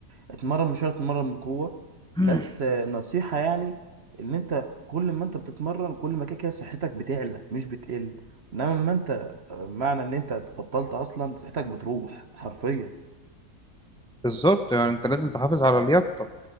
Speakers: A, on the right; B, in the centre.
A: اتمرن مش شرط اتمرن بقوه
B: <clears throat>
A: بس آه، نصيحه يعني ان انت كل ما انت بتتمرن كل ما كده كده صحتك بتعلى مش بتقل انما ما انت آه، معنى ان انت بطلت اصلا صحتك بتروح حرفيا
B: بالظبط يعني انت لازم تحافظ على لياقتك